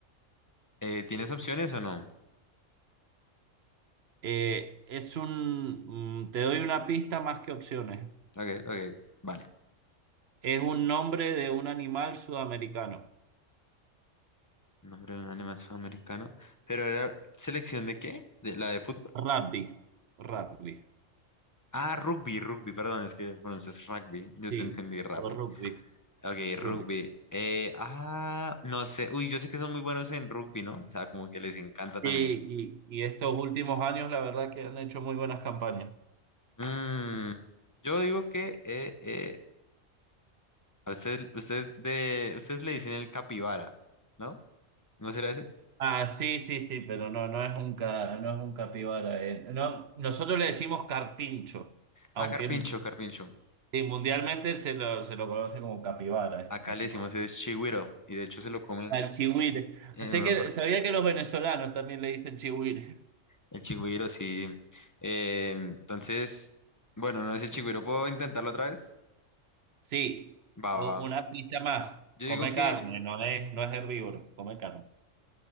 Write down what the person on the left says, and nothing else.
Eh, ¿tienes opciones o no?
Ok, ok, vale.
Nombre de un animal sudamericano. ¿Pero era selección de qué? ¿De la de fútbol?
Ah, rugby, rugby, perdón, es que pronuncias rugby. Yo
te entendí rugby.
Ok, rugby.
Eh, ah, no sé. Uy, yo sé que son muy buenos en rugby, ¿no? O sea, como que les encanta también
eso.
Mm, yo digo que eh, eh, A usted, usted de, ustedes le dicen el capibara, ¿no? ¿No será ese?
Ah, carpincho, carpincho.
Acá
le decimos
es chigüiro y de hecho se lo comen
en
una
parte.
El chigüiro, sí. Eh, entonces, bueno, no es el chigüiro. ¿Puedo intentarlo otra vez?
Va,
va, va.
Yo
digo que